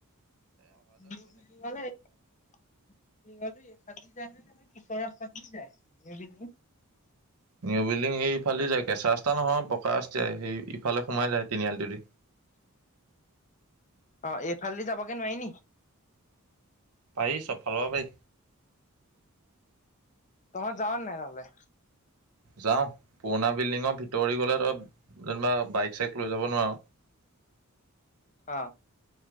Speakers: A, on the left; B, on the right.
A: নিউ বিল্ডিঙৰ <unintelligible> এইফালেদি যায় নে কেনেকে পিছৰ ৰাস্তাইদি যায় নিও বিল্ডিংত
B: নিউ বিল্ডিং এই ইফালে যায় কেঁচা ৰাস্তা নহয় পকা ৰাস্তাই সেই ইফালে সোমাই যায় তিনিআলিটোদি
A: অ এইফালেদি যাবাগে নোৱাৰি নি
B: পাই চবফালে পাই
A: তহত যাৱ নাই তালে
B: যাও পুৰণা বিল্ডিঙৰ ভিতৰদি গ'লে তই যেনিবা বাইক চাইক লৈ যাব নোৱাৰ
A: অ